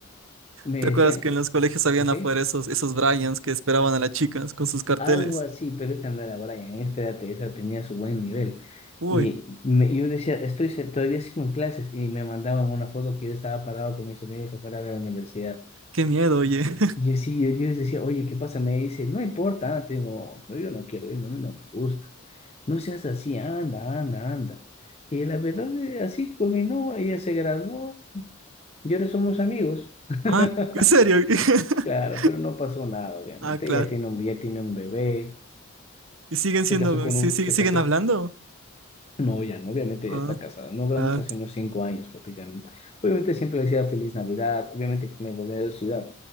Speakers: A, on the left; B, on the right.
A: me
B: ¿Te acuerdas
A: decían,
B: que
A: "O-
B: en los colegios habían
A: ok,
B: afuera esos, esos Bryans que esperaban a las chicas con sus carteles?
A: algo así, pero esta no era Brian, esta era te- tenía su buen nivel.
B: Uy,
A: Y me- yo decía, estoy se- todavía sigo en clases y me mandaban una foto que yo estaba parado con mis amigos afuera de la universidad.
B: qué miedo, oye. <laughs>
A: Y yo sí, yo yo les decía, oye, ¿qué pasa? Me dice, no importa, anda", te digo, "No, yo no quiero irme, a mí no me gusta. No seas así, anda, anda, anda. Y la verdad, eh, así culminó, ella se graduó, y ahora somos amigos. <laughs>
B: Ah, ¿en serio? <laughs>
A: Claro, pero no pasó nada, obviamente.
B: Ah, claro.
A: Ella tiene un, ya tiene un bebé,
B: ¿Y siguen
A: se
B: siendo,
A: casó con
B: sí,
A: un,
B: sí,
A: se
B: siguen
A: casó,
B: hablando?
A: No, ya no, obviamente
B: Ah,
A: ya está casada. No hablamos
B: claro,
A: hace unos cinco años prácticamente. Obviamente siempre le decía feliz Navidad, obviamente me volví de ciudad.